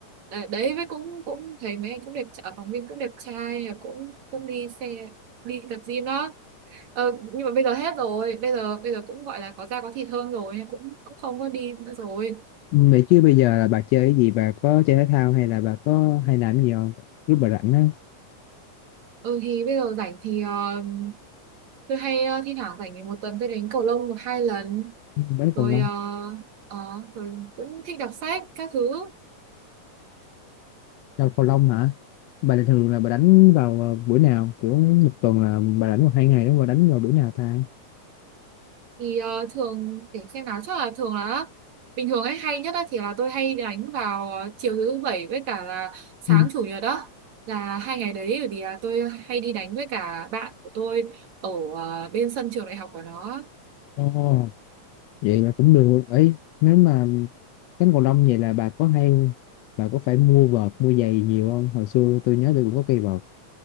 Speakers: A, on the right (about 65°); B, on the left (about 85°).
A: đấy, đấy với cũng cũng thấy mấy anh cũng đẹp tr- ở phòng gym cũng đẹp trai cũng cũng đi xe đi tập gym đó Ờ, nhưng mà bây giờ hết rồi bây giờ bây giờ cũng gọi là có da có thịt hơn rồi cũng cũng không có đi nữa rồi
B: vậy chứ bây giờ là bà chơi cái gì bà có chơi thể thao hay là bà có hay làm cái gì không lúc bà rảnh á
A: Ừ thì bây giờ rảnh thì ờ, tôi hay ờ, thi thoảng rảnh thì một tuần tôi đánh cầu lông một hai lần
B: vẫn
A: rồi
B: còn lâu
A: ờ, ờ, rồi cũng thích đọc sách các thứ
B: Đâu cầu lông hả? Bà là thường là bà đánh vào ờ, buổi nào? Kiểu một tuần là bà đánh một hai ngày đó bà đánh vào buổi nào ta?
A: thì ờ, thường để xem nào chắc là thường là bình thường ấy hay nhất á thì là tôi hay đánh vào ờ, chiều thứ bảy với cả là sáng
B: Ừ.
A: chủ nhật đó là hai ngày đấy bởi vì là tôi hay đi đánh với cả bạn của tôi ở ờ, bên sân trường đại học của nó
B: Ồ, vậy là cũng được. ấy nếu mà đánh cầu lông vậy là bà có hay bà có phải mua vợt, mua giày nhiều không? Hồi xưa tôi nhớ tôi cũng có cây vợt